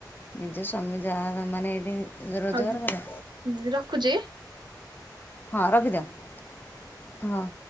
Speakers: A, on the left; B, on the right.
A: ନିଜ ସ୍ୱାମୀ ଯାହା ମାନେ ଏଇଠି ରୋଜଗାର
B: ହଉ ଦି-
A: କର,
B: ଦିଦି ରଖୁଛି।
A: ହଁ ରଖିଥାଅ। ହଁ।